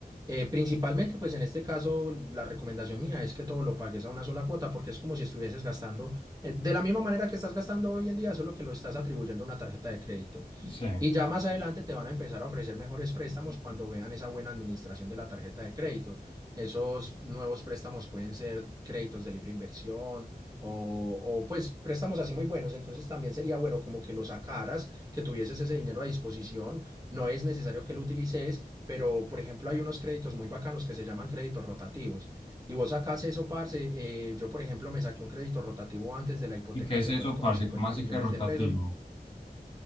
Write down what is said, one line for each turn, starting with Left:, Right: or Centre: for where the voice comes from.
Right: Eh, principalmente, pues en este caso, la recomendación mía es que todo lo pagues a una sola cuota porque es como si estuvieses gastando, eh, de la misma manera que estás gastando hoy en día, solo que lo estás atribuyendo a una tarjeta de crédito.
Left: Sí.
Right: Y ya más adelante te van a empezar a ofrecer mejores préstamos cuando vean esa buena administración de la tarjeta de crédito. Esos nuevos préstamos pueden ser créditos de libre inversión o, o pues préstamos así muy buenos. Entonces también sería bueno como que lo sacaras, que tuvieses ese dinero a disposición. No es necesario que lo utilices pero por ejemplo hay unos créditos muy bacanos que se llaman créditos rotativos. Y vos sacás eso, parce. eh, yo, por ejemplo, me saqué un crédito rotativo antes de la hipoteca
Left: ¿Y qué es
Right: que
Left: eso,
Right: fueron como
Left: parce?
Right: cincuenta
Left: ¿Cómo así
Right: millones
Left: que rotativo?
Right: de pesos